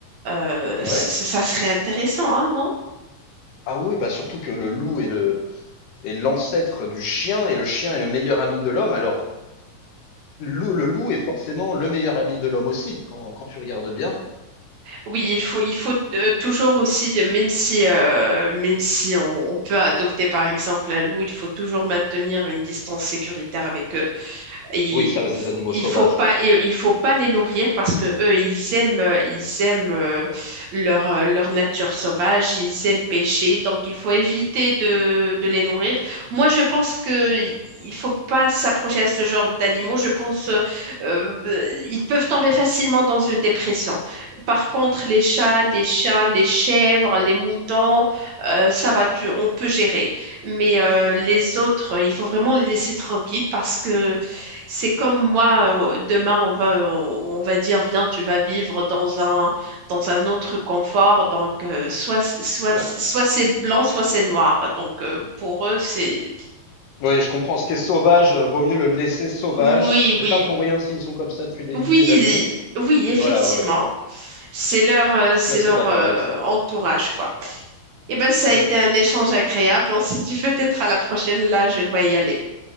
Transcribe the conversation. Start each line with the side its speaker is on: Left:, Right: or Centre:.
Right: Euh,
Left: Ouais.
Right: c- ça serait intéressant, hein, non?
Left: Ah oui, oui, bah surtout que le loup est le est l'ancêtre du chien et le chien est le meilleur ami de l'homme. Alors loup, le loup est forcément le meilleur ami de l'homme aussi quand, quand tu regardes bien.
Right: Oui, il faut, il faut euh, toujours aussi, euh, même si, euh, même si on, on peut adopter par exemple un loup, il faut toujours maintenir une distance sécuritaire avec eux. Il,
Left: Oui, ça reste
Right: f-
Left: des animaux
Right: il
Left: sauvages.
Right: faut pas, il, il faut pas les nourrir parce que eux, ils aiment, euh, ils aiment euh, leur, euh, leur nature sauvage, ils aiment pêcher, donc il faut éviter de, de les nourrir. Moi, je pense que il faut pas s'approcher à ce genre d'animaux. Je pense, euh, euh, ils peuvent tomber facilement dans une dépression. Par contre, les chats, les chiens, les chèvres, les moutons, euh, ça va, tu, on peut gérer. Mais euh, les autres, il faut vraiment les laisser tranquilles parce que c'est comme moi, euh, demain, on va, euh, on va dire, viens, tu vas vivre dans un, dans un autre confort. Donc, euh, soit, soit,
Left: Bien.
Right: soit c'est blanc, soit c'est noir. Donc, euh, pour eux, c'est...
Left: Oui, je comprends. Ce qui est sauvage, euh, vaut mieux le laisser sauvage.
Right: Oui,
Left: C'est
Right: oui,
Left: pas pour rien s'ils sont comme ça depuis des milliers
Right: oui,
Left: d'années.
Right: oui,
Left: Et
Right: effectivement.
Left: voilà, ouais. ouais.
Right: C'est leur, euh, c'est
Left: Je suis assez
Right: leur
Left: d'accord
Right: euh,
Left: avec ça.
Right: entourage, quoi. Eh ben, ça
Left: D'accord.
Right: a été un échange agréable. On s'est dit peut-être à la prochaine. Là, je dois y aller.